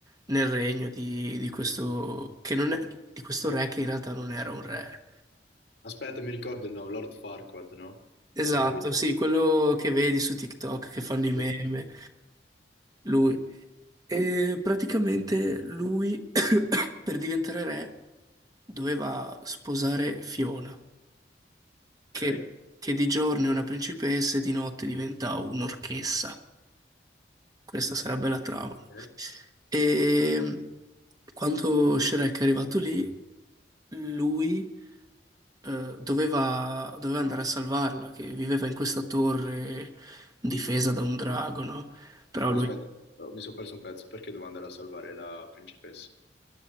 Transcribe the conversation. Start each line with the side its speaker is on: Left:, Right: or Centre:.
Right: nel regno di, di questo, che non è, di questo re che in realtà non era un re.
Left: Aspetta, mi ricordo il nome, Lord Farquaad, no?
Right: Esatto,
Left: Era lui.
Right: sì, quello che vedi su TikTok che fanno i meme,
Left: Sì, sì.
Right: lui. E praticamente lui, <coughs> per diventare re, doveva sposare Fiona,
Left: Ok.
Right: che, che di giorno è una principessa e di notte diventa un'orchessa. Questa sarebbe la trama.
Left: ok.
Right: E quando Shrek è arrivato lì, lui eh, doveva, doveva andare a salvarla, che viveva in questa torre difesa da un drago, no? Però
Left: No,
Right: lui,
Left: aspetta, oh, mi sono perso un pezzo perché dovevo andare a salvare la principessa.